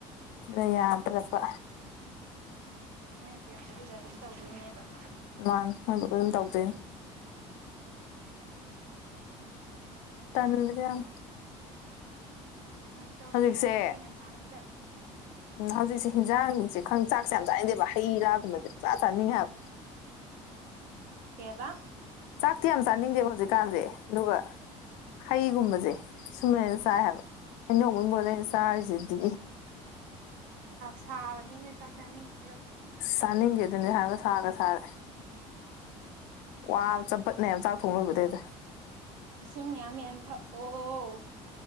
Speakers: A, on the left; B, on the right.
A: ꯑ ꯌꯥꯗ꯭ꯔꯄ
B: ꯃꯣꯏꯅ ꯄꯤꯔꯛꯄꯗꯨꯗ ꯑꯗꯨꯝ ꯇꯧꯗꯣꯏꯅꯦꯕ
A: ꯃꯥꯥꯟ ꯃꯣꯏꯕꯕꯨ ꯑꯗꯨꯝ ꯇꯧꯖꯣꯏ
B: ꯎꯝ
A: ꯇꯜꯗ ꯌꯥꯝ
B: ꯇꯧ ꯇꯧ
A: ꯍꯧꯖꯤꯛꯁꯦ
B: ꯍꯦ ꯅꯟ ꯇꯥꯟ ꯆꯂ
A: ꯎꯝ ꯍꯧꯖꯤꯛꯁꯦ ꯍꯟꯖꯥꯡꯁꯦ ꯈ ꯆꯥꯛꯁꯦ ꯌꯥꯝ ꯆꯥꯗꯦꯕ ꯍꯩ ꯔꯥ ꯁꯦ ꯆꯥ ꯆꯥꯅꯤꯡꯉꯥꯏꯕ
B: ꯀꯦꯕ
A: ꯆꯥꯛꯇꯤ ꯌꯥꯝ ꯆꯥꯅꯤꯡꯗꯦꯕ ꯍꯧꯖꯤꯛꯀꯥꯟꯁꯦ ꯑꯗꯨꯒ ꯍꯩꯒꯨꯝꯕꯁꯦ ꯁꯨꯝ ꯆꯥꯏ ꯍꯥꯏꯕ ꯑꯩꯅꯣꯡꯃꯕꯗ ꯑꯩꯅ ꯆꯥꯔꯤꯁꯤꯗꯤ
B: ꯁꯥꯕꯅꯤꯅ ꯆꯥꯛ ꯆꯥꯅꯤꯡꯩ
A: ꯁꯅꯤꯡꯦꯗꯅꯦ ꯍꯥꯏ ꯁꯥꯒ ꯁꯥꯔꯦ ꯋꯥꯕ ꯆꯄꯠꯅꯦꯕ ꯆꯥꯛ ꯊꯣꯡꯡꯂꯨꯕꯗꯩꯗ
B: ꯏꯁꯤꯡ ꯃꯌꯥꯝ ꯌꯥꯝ ꯊꯛꯑꯣ